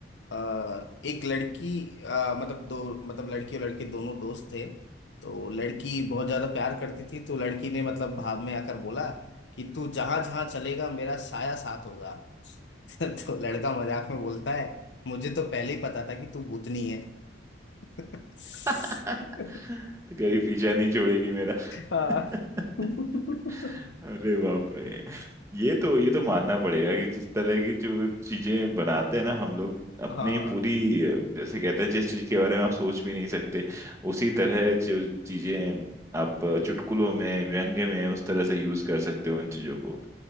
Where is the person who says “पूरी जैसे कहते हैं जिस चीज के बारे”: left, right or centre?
Right